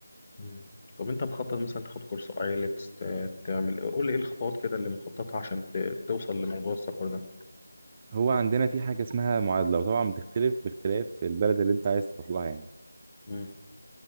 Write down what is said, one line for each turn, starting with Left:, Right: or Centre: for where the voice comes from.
Left: مم. طب أنت مخطط مثلا تاخد كورس آيلتس تعمل قول لي إيه الخطوات كده اللي مخططها عشان ت- توصل لموضوع السفر ده
Right: هو عندنا في حاجة اسمها معادلة وطبعا بتختلف باختلاف البلد اللي انت عايز تروح لها يعني
Left: مم.